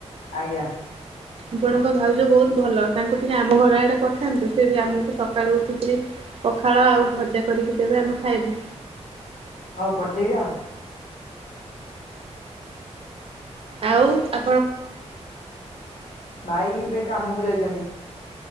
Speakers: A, on the left; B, on the right.
A: ଆଜ୍ଞା।
B: ଆପଣଙ୍କ ଭାଉଜ ବହୁତ ଭଲ ତାଙ୍କୁ ଟିକେ ଆମ ଘର ଆଡେ ପଠାନ୍ତୁ ସେ ବି ଆମକୁ ସକାଳୁ ଉଠିକିରି ପଖାଳ ଆଉ ଭଜା କରିକି ଦେବେ ଆମେ ଖାଇବୁ।
A: ହଉ ପଠେଇବି ଆଉ।
B: ଆଉ? ଆ
A: ଭାଇ ଏବେ କାମକୁ ଯାଇଚନ୍ତି।